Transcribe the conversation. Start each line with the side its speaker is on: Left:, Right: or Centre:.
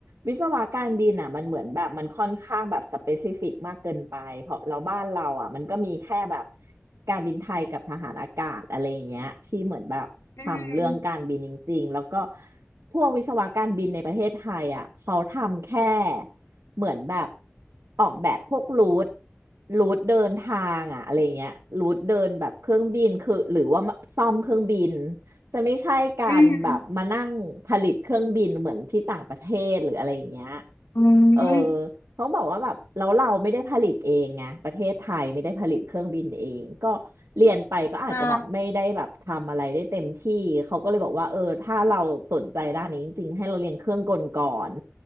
Right: วิศวะการบินอ่ะมันเหมือนแบบมันค่อนข้างแบบสเปซิฟิกมากเกินไปเพราะเราบ้านเราอ่ะมันก็มีแค่แบบการบินไทยกับทหารอากาศอะไรอย่างเงี้ยที่เหมือนแบบทำเรื่องการบินจริงๆแล้วก็
Left: อืม
Right: พวกวิศวะการบินในประเทศไทยอ่ะเขาทำแค่ เหมือนแบบออกแบบพวกรูทรูทเดินทางอะอะไรเงี้ยรูทเดินแบบเครื่องบินคือหรือว่าซ่อมเครื่องบินจะไม่ใช่การแบบมานั่งผลิตเครื่องบินเหมือนที่ต่างประเทศหรืออะไรอย่างเงี้ย
Left: อืมอืม
Right: เออเขาบอกว่าแบบแล้วเราไม่ได้ผลิตเองไงประเทศไทยไม่ได้ผลิตเครื่องบินเองก็เรียนไปก็อาจจะแบบไม่ได้แบบทำอะไรได้เต็มที่เขาก็เลยบอกว่าเออถ้าเราสนใจด้านนี้จริงๆให้เราเรียนเครื่องกลก่อน
Left: ใช่